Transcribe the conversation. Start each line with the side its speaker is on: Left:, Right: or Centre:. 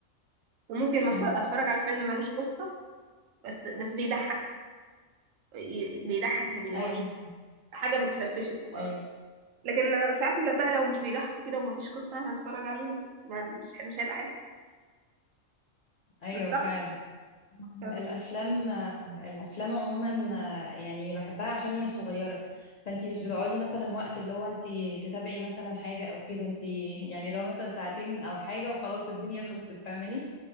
Right: وممكن ما أتف-
Left: أيوه
Right: اتفرج على فيلم ملوش قصة بس بس بيضحك ي- بيضحك يعني اللي
Left: أيوه
Right: هو ايه حاجة بتفرفشك وخلاص
Left: أيوه
Right: لكن لو- ساعات لا بقى لو مش بيضحكوا كده ومفيش قصة أنا هتفرج عليه بس ما مش مش هيبقى حلو
Left: أيوه
Right: مش صح؟
Left: فعلا
Right: اه
Left: الأفلام الأفلام عموما آه، يعني بحبها عشان هي صغيرة فأنتي مش بتقعدي مثلا وقت اللي هو أنتي تتابعي مثلا حاجة أو كده أنتي يعني لو مثلا ساعتين أو حاجة وخلاص الدنيا خلصت فاهماني